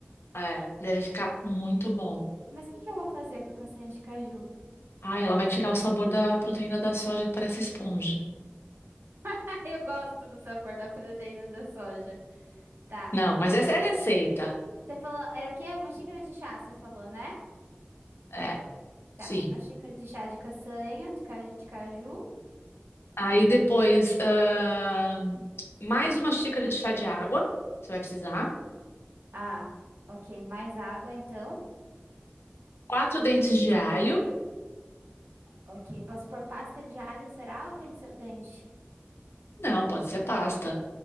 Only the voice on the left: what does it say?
É, deve ficar
muito bom.
Ai, ela vai tirar o sabor da proteína da soja que parece esponja.
Não, mas
essa é a receita.
É,
sim.
Aí depois, ahn, mais uma xícara de chá de água, você vai precisar.
Quatro dentes de alho.
Não, pode ser pasta.